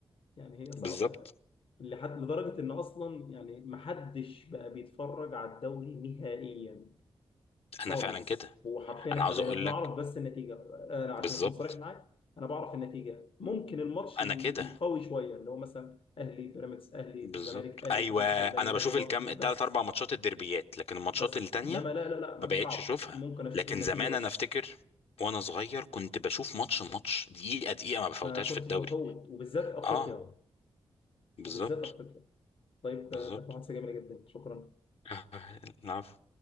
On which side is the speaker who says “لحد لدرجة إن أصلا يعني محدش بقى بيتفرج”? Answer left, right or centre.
Left